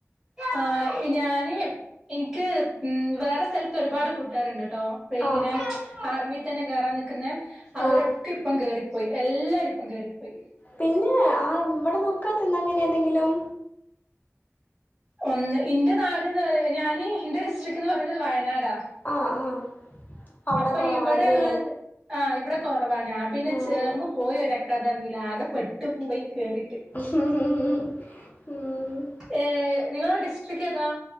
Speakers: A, on the right; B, on the left.
A: ആഹ് ഞാന് ഇനിക്ക് ഉം വേറെ സ്ഥലത്ത് ഒരുപാട് കൂട്ടുകാരുണ്ട്ട്ടോ. ഇപ്പോ ഇങ്ങനെ
B: ആഹ് ആഹ്
A: ആർമിയിൽ തന്നെ കേറാൻ നിക്കുന്നേ അവരൊ
B: ആഹ്
A: ക്കെ ഇപ്പം കേറിപ്പോയി എല്ലാരും ഇപ്പം കേറിപ്പോയി.
B: പിന്നെ ആഹ് ഇവിടെ നോക്കാത്തന്ത അങ്ങനെ ഏതെങ്കിലും.
A: ഒന്ന് ഇന്റെ നാട്ന്ന് പറ ഞാന് ഇന്റെ ഡിസ്ട്രിക്ന്ന് പറയുന്നത് വയനാടാ.
B: ആഹ് ആഹ് അവിടെ
A: അപ്പൊ
B: കുറവാല്ലേ.
A: ഇവിടെ ഉള്ളത് ആഹ് ഇവിടെ കുറവാ ഞാൻ പിന്നെ
B: ആഹ്
A: ചേർന്ന് പോയി ഒരു അക്കാദമിൽ ആകെ പെട്ടു പോയി കേറിട്ട്.
B: ഉം.
A: ഏഹ് നിങ്ങളെ ഡിസ്ട്രിക് ഏതാ?